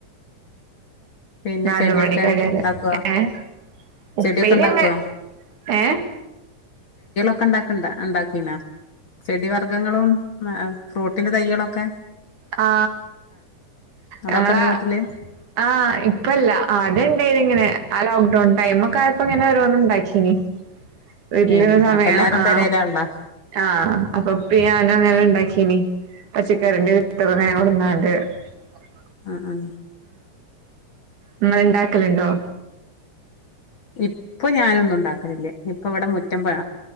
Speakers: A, on the left; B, on the right.
A: പിന്നെ
B: നാല്
A: ചെടിയൊക്കെ
B: മണിക്ക് <unintelligible>
A: ഇണ്ടാക്കോ
B: ഏ ഉപ്പേര്യൊക്കെ
A: ചെടിയൊക്കെ ഇണ്ടാക്കോ
B: ഏ
A: ഒക്കെ ഇണ്ടാക്ണ്ടോ, ഇണ്ടാകീന്നോ ചെടി വർഗ്ഗങ്ങളും ഏ ഫ്രൂട്ട് ന്റെ തൈയേളൊക്കെ
B: ആ
A: അതൊക്കെ
B: ഞങ്ങളെ
A: ഇണ്ടോ വീട്ടില്
B: ആ ഇപ്പല്ല ആദ്യം ഇണ്ടായിന് ഇങ്ങനെ ആ ലോക്ക് ഡൌൺ ടൈമൊക്കെ ആയപ്പോ ഇങ്ങനെ ഓരോന്ന് ഇണ്ടാകീന്ന് വീട്ടിലിരുന്ന
A: ഏഹ്
B: സമയം
A: അപ്പൊ എല്ലാരും
B: ആ
A: പെരേലാൺല്ലോ
B: ആ അപ്പൊ ഇപ്പേം ഞാനും അങ്ങനെ ഇണ്ടാകീന്ന് പച്ചക്കറിന്റെ വിത്ത് <unintelligible> എ
A: മ്
B: ഇങ്ങള്ണ്ടാക്കാല്ണ്ടോ?
A: ഇപ്പൊ ഞാനൊന്നും ഇണ്ടാകലില്ല ഇപ്പൊ ഇവിടെ മുറ്റം ഏ